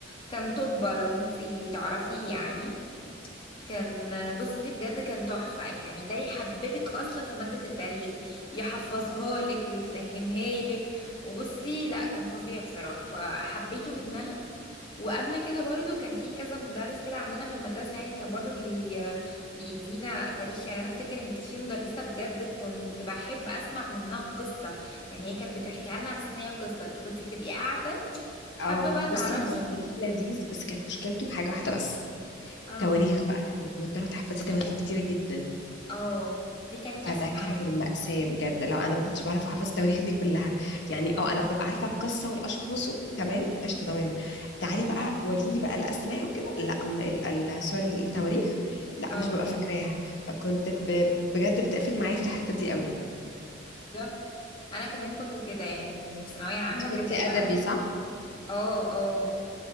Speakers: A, on the left; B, on the left.
A: كان طلبة لو انتي تعرفيه يعني كان بصي بجد كان تحفة يعني ده يحببك أصلا في مادة التاريخ يحفظها لك ويفهمها لك وبصي لا كان فظيع بصراحة فحبيته منها وقبل كده برضو كان في كذا مدرس كده عندنا في المدرسة يعني كان برضو بي... بيدينا تاريخ يعني أنا أفتكر إن كانت في مدرسة بجد كنت بحب أسمع منها قصة يعني هي كانت بتحكيها لنا على أساس إن هي قصة فكنت تبقي قاعدة حابة
B: اه
A: بقى تعرفي
B: بصي هو التاريخ لذيذ بس كانت مشكلته في حاجة واحدة بس
A: اه
B: تواريخ بقى انك مضطرة تحفظي تواريخ كتيرة جدا
A: اه دي كانت أسوأ
B: فده كانت
A: حاجة
B: المأساة بجد لا انا ما كنتش بعرف احفظ التواريخ دي كلها يعني
A: اه
B: اه انا ببقى عارفة القصة والاشخاص و... تمام قشطة تمام تعالي بقى وريني بقى الاسماء وكده لا م- ال... ال... سوري التواريخ لا
A: اه
B: مش ببقى فاكراها فكنت ب... بجد بتقفل معايا في الحتة دي قوي
A: بالظبط انا كمان كنت كده يعني في ثانويه عامه
B: انت كنتي
A: كان تقريبا
B: ادبي صح؟
A: اه اه